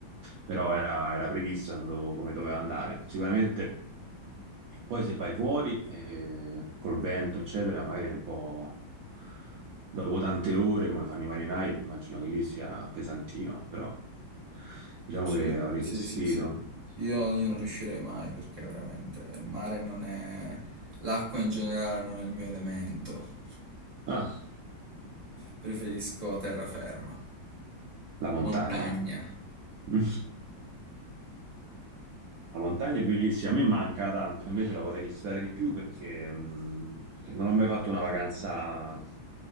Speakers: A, on the right; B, on the right.
A: Però era, era previsto, è andato come doveva andare. Sicuramente. Poi se vai fuori, eh, col vento, eccetera, magari è un po' dopo tante ore, come fanno i marinai, immagino che lì sia pesantino, però diciamo
B: Sì,
A: che ho resistito.
B: sì, sì, sì. Io, io non
A: Eh,
B: riuscirei mai perché veramente il mare non è... L'acqua in generale non è il mio elemento.
A: Ah,
B: Preferisco terraferma,
A: la montagna.
B: montagna.
A: <laughs> La montagna è bellissima, a me manca tanto, invece la vorrei visitare di più perché mh, non ho mai fatto una vacanza